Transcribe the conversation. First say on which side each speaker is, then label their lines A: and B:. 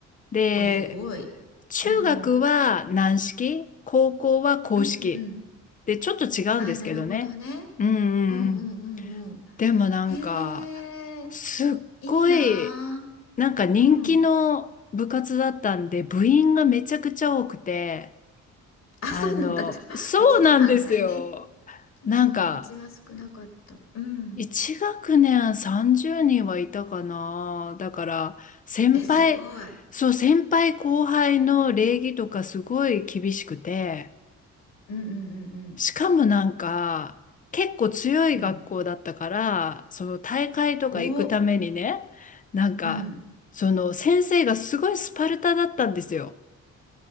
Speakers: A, on the left; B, on the left.
A: で、
B: お、すごい。
A: 中学は軟式、
B: うんうん。
A: 高校は硬式。
B: うんうんうん。
A: で、ちょっと違うんですけどね。
B: あ、なるほどね。
A: うんうんうん。
B: うんうんうんうん。
A: でもなんか、
B: へえ、
A: すっごい、
B: いいなあ
A: なんか人気の部活だったんで、
B: うん。
A: 部員がめちゃくちゃ多くて、
B: あ、
A: あの、
B: そうなんだ。ちょ <laughs>
A: そうなんですよ。
B: うちと反対ね。
A: なんか、
B: そう、うちは少なかった。うん。
A: 一学年30人はいたかな。だから、先輩、
B: え、すごい。
A: そう、先輩後輩の礼儀とかすごい厳しくて、
B: うんうんう
A: しかもなんか、
B: ん
A: 結構強い学校だったから、
B: うん。うん。
A: その大会とか行くためにね、
B: お、
A: なんか、
B: うん。
A: その先生がすごいスパルタだったんですよ。